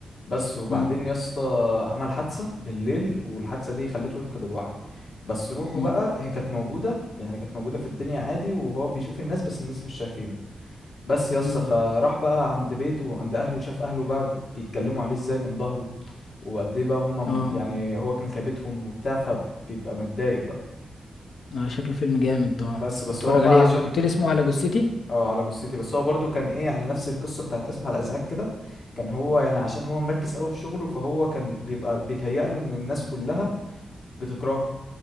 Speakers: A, on the left; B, on the left.
A: بس وبعدين
B: مم.
A: يسا عمل حادثة بالليل والحادثة دي خلته يفقد الوعي بس روحه
B: مم.
A: بقى هي كانت موجودة يعني كانت موجودة في الدنيا عادي وهو بيشوف الناس بس الناس مش شايفينه بس يسا
B: مم.
A: فراح بقى عند بيته وعند اهله وشاف اهله بقى بيتكلموا عليه ازاي من ظهره وقد ايه بقى هم
B: اه
A: يعني هو كان كابتهم وبتاع فبيبقى متضايق بقى
B: اه شكله فيلم جامد ده آه.
A: بس بس
B: اتفرج
A: هو بقى
B: عليه
A: عشان
B: قلت لي اسمه على جثتي
A: اه على جثتي بس هو برضو كان ايه يعني نفس القصه بتاعت اسف على الازعاج كده كان هو يعني عشان هو مركز قوي في شغله فهو كان بيبقى بيتهيأ له ان الناس كلها بتكرهه